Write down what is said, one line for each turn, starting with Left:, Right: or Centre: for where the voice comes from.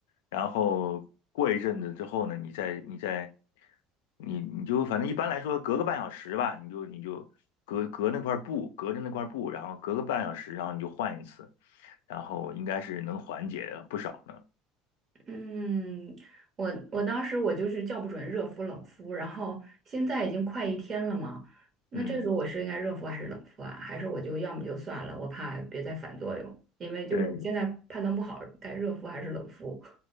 Left: 然后过一阵子之后呢，你再你再你你就反正一般来说隔个半小时吧，你就你就隔隔那块布，隔着那块布，然后隔个半小时，然后你就换一次，然后应该是能缓解不少呢。
Right: 嗯，我我当时我就是叫不准热敷冷敷，然后现在已经快一天了嘛，那这时候我是应该热敷还是冷敷啊？
Left: 嗯，
Right: 还是我就要么就算了，我怕别再反作用，因为就是我现在判断不好该热敷还是冷敷
Left: 对，